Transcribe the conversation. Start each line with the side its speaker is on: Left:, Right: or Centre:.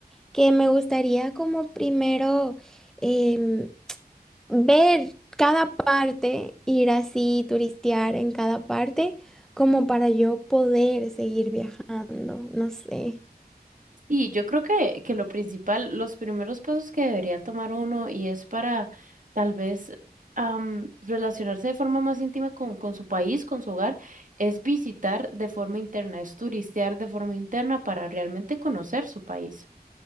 Centre: que me gustaría como primero em, ver cada parte, ir así, turistear en cada parte, como para yo poder seguir viajando, no sé.
Right: Y yo creo que, que lo principal, los primeros pasos que debería tomar uno y es para tal vez am, relacionarse de forma más íntima con, con su país, con su hogar, es visitar de forma interna, es turistear de forma interna para realmente conocer su país.